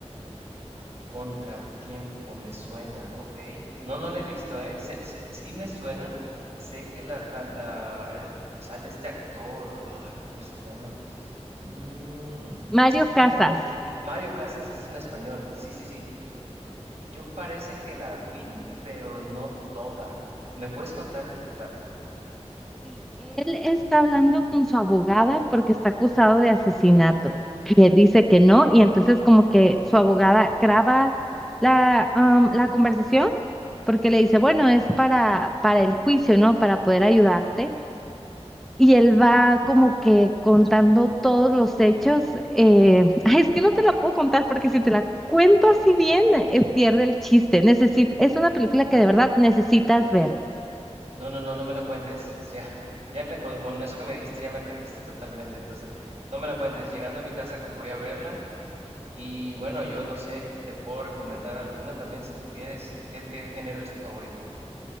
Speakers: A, on the right (about 65°); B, in the centre.
A: Contratiempo, me suena, ok. No, no la he visto, ¿eh? Se- se- sí me suena. Sé que la, ca- la, eh, sale este actor, ay, ¿cómo se llama? Mm,
B: Mario
A: es muy
B: Casas.
A: famoso. Mario Casas, es un español. Sí, sí, sí. Yo parece que la vi, pero no toda. ¿Me puedes contar de qué trata?
B: Sí, él está hablando con su abogada porque está acusado de asesinato y él dice que no y entonces como que su abogada graba la, am, la conversación porque le dice, bueno, es para, para el juicio, ¿no? Para poder ayudarte. Y él va como que contando todos los hechos. eh, <laughs> ay, es que no te la puedo contar porque si te la cuento así bien, eh, pierde el chiste. Necesit- es una película
A: Sí.
B: que de verdad necesitas ver.
A: No, no, no, no me la cuentes. <laughs> Ya, ya me, con, con eso que me dijiste, ya me atrajiste totalmente. Entonces, no me la cuentes. Llegando a mi casa, voy a verla. Y bueno, yo no sé, te puedo recomendar alguna también si tú quieres. ¿Qué, qué género es tu favorito?